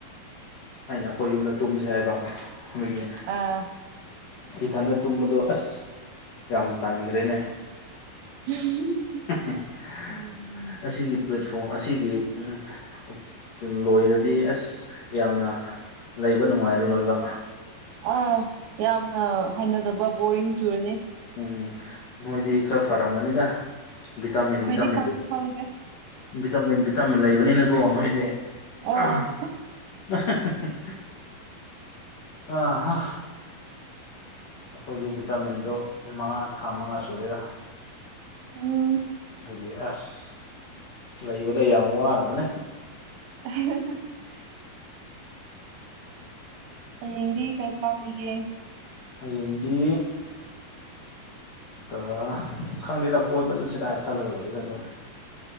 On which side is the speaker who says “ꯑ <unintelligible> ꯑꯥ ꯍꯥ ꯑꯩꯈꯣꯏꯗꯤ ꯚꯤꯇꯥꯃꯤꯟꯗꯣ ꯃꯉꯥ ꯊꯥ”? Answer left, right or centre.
Left